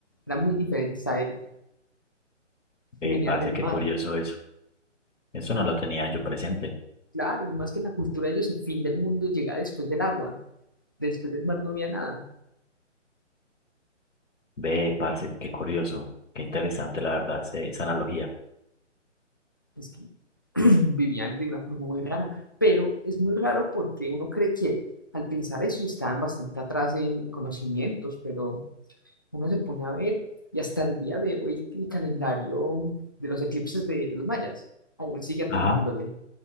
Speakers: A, on the left; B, on the left.
A: eran muy diferentes a ellos,
B: ve
A: y venían
B: parce,
A: del
B: qué
A: mar.
B: curioso eso. Eso no lo tenía yo presente.
A: Claro, y más que en la cultura de ellos, el fin del mundo llegaba después del agua, después del mar no había nada.
B: Ve, parce, qué curioso, qué interesante, la verdad, ese- esa analogía.
A: Es que <clears throat> vivían de una forma muy rara, pero es muy raro porque uno cree que al pensar eso estaban bastante atrás en conocimientos, pero uno se pone a ver y hasta el día de hoy el calendario de los eclipses de, de los mayas aún sigue atinándole
B: Ajá,